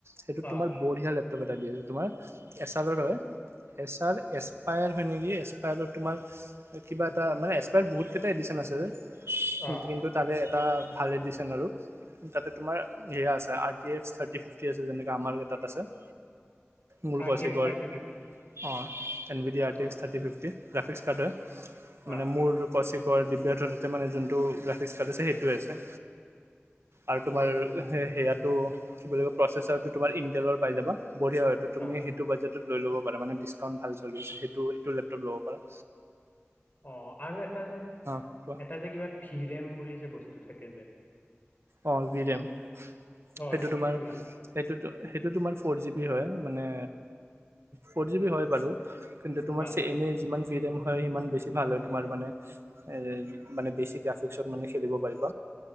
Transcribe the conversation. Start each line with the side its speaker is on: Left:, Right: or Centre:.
Right: সেইটো
Left: অ
Right: তোমাৰ বঢ়িয়া লেপটপ এটা দি আছে তোমাৰ এছাৰৰ হয়। এচাৰ এসপায়াৰ হয় নেকি এসপায়াৰত তোমাৰ কিবা এটা মানে ত বহুত কেইটা এডিশন আছে
Left: অ
Right: কিন্তু তাৰে এটা ভাল এডিশচন আৰু। তাতে তোমাৰ সেয়া আছে আৰ টি্স থাৰ্টি ফিফটি আছে যেনেকৈ আমাৰ তাত আছে। মোৰ
Left: আৰটিএফ
Right: কৌশিকৰ
Left: থাৰটি ফিফটি।
Right: অঁ এন বি ডি আৰ T
Left: অ
Right: X thirty fifty graphics card হয়
Left: অ
Right: মানে মোৰ কচিপট। দিব্যাৰ্থ তাতে মানে যোনটো গ্ৰাফিক্ছ কাটিছে সেইতোৱে আছে। আৰু তোমাৰ সেই সেয়াতো কি বুলি কয় প্ৰচেচাৰ তো তোমাৰ ইনটেলৰ পাই যাবা। বঢ়িয়া হয় এইতো তুমি
Left: অ
Right: বাজেটত লৈ লব। প মানে ডিছকাউণ্ট ভাল চলি আছে সেইটো এইটো লেপটপ ল'ব পাৰা।
Left: অঁ আৰু এটা যে
Right: অঁ কোৱা
Left: এটা যে কিবা ফি ৰেম বুলি যে বস্তু থাকে যে।
Right: অ' বি ডেম
Left: অ
Right: সেইটো তোমাৰ।
Left: কিমান
Right: সেইটোতো সেইটো তোমাৰ ফ'ৰ জি বি হয় মানে ফৰ জি বি হয় বাৰু। কিন্তু তোমাৰ
Left: অ
Right: চ এনে যিমান বিম হয় সিমান বেছি ভাল হয়। তোমাৰ মানে এ মানে বেছি গ্ৰাফিক্সত মানে খেলিব পাৰিব।